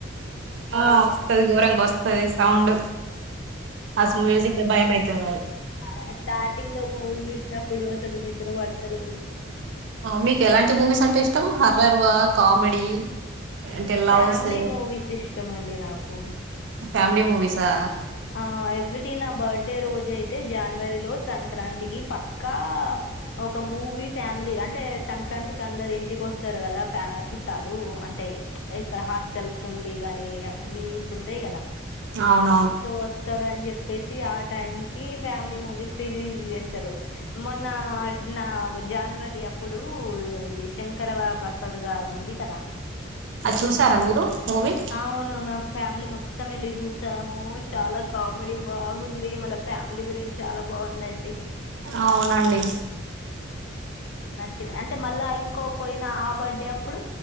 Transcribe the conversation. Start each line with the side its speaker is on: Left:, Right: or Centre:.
Right: ఆ వస్తది ఘోరంగా వస్తది సౌండ్ అస్
Left: అమ్మ
Right: మ్యూజికే బయమయిత <unintelligible>
Left: ఆ స్టార్టింగ్ లో మూవీ చూసినప్పుడు అసలు నిద్ర పట్టలేదు
Right: మీకు ఎలాంటి మూవీస్ అంటే ఇష్టం హరర్వా కామెడీ అంటే
Left: ఫ్యామిలీ
Right: లవ్స్
Left: మూవీస్ ఇష్టమండి నాకు
Right: ఫ్యామిలీ మూవీసా
Left: ఆ ఎవ్రీ నా బర్త్డే రోజయితే జాన్వరిలో సంక్రాంతికి పక్కా ఒక మూవీ ఫ్యామిలీ అంటే సంక్రాంతికి అందరు ఇంటికి వస్తారు కదా ఫ్యా చుట్టాలు లూ అంటే లైక్క హాస్టల్స్ నుండి గానీ లీవ్స్ ఉంటాయి కదా
Right: అవునవును
Left: వస్తరు అని చెప్పేసి ఆ టైం కి ఫ్యామిలీ మూవీస్ రిలీజ్ చేస్తరు మొన్నా నా బ జాన్వరి అప్పుడూ ఇది శంకరవర ప్రసాద్ గారు ఉంది కదా
Right: అది చూసారా మీరు మూవీ
Left: అవును మా ఫ్యామిలీ మొ త్తం ఎళ్ళి చూశాము చాలా కామెడీ బాగుంది మళ ఫ్యామిలీ గురించి చాలా బాగుందండి
Right: అవునండి
Left: ది అంటె మళ్ళా ఇంకో పోయిన ఆ బర్డే అప్పుడు